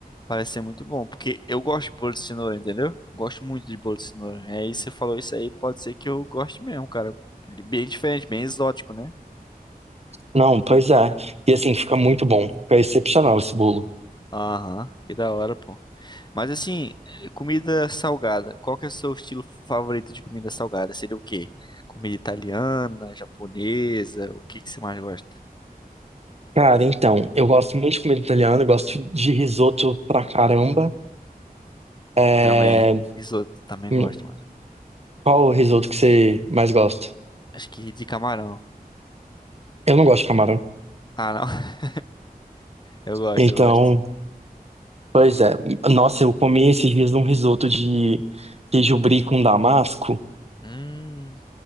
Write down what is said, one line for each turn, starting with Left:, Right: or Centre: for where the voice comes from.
Left: parece ser muito bom. Porque eu gosto de bolo de cenoura, entendeu? Eu gosto muito de bolo de cenoura. é isso você falou isso aí, pode ser que eu goste mesmo, cara. Bem diferente, bem exótico, né?
Right: Não, pois é. E assim, fica muito bom. Fica excepcional esse bolo.
Left: Aham, que da hora, pô. Mas assim, comida salgada. Qual que é o seu estilo favorito de comida salgada? Seria o quê? Comida italiana, japonesa? O que que você mais gosta?
Right: Cara, então, eu gosto muito de comida italiana, eu gosto de risoto pra caramba. É...
Left: Também. Risoto, também
Right: hum,
Left: gosto, mano.
Right: Qual o risoto que você mais gosta?
Left: Acho que de camarão.
Right: Eu não gosto de camarão.
Left: Ah, não. <laughs> Eu gosto,
Right: Então.
Left: eu gosto.
Right: Pois é. Nossa, eu comi esses dias um risoto de queijo brie com damasco.
Left: Hum.